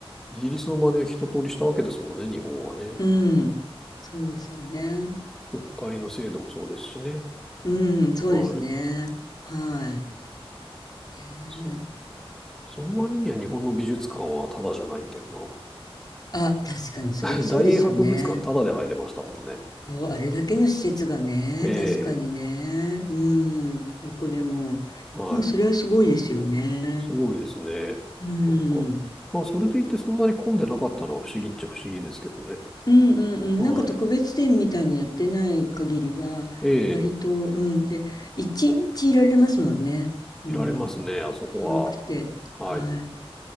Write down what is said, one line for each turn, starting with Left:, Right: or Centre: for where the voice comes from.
Centre: イギリスの真似を一通りしたわけですもんね、日本はね。
Left: い。うん。そうですよね。
Centre: 国会の制度もそうですしね。
Left: うん、そうですね。
Centre: はい。
Left: はい。ね
Centre: そ、その割には日本の美術館はタダじゃないんだよ
Left: あ、確かにそれはそうですよね。
Centre: な。<laughs> 大英博物館タダで入れましたもんね。
Left: そう、あれだけの施設がね、
Centre: ええ、
Left: 確かにね。うん、どこでも。
Centre: はい。
Left: うん、それはすごいですよね。
Centre: すごいですね。
Left: うん。
Centre: なんか、まあそれでいてそんなに混んでなかったのは不思議っちゃ不思議ですけどね。
Left: うんうんうん。
Centre: はい。
Left: なんか特別展みたいにやってない限りは、
Centre: ええ、
Left: 割と、うん。で、一日いられますもんね。もう、
Centre: いられますね、あそこは。
Left: 広くて。はい。
Centre: はい。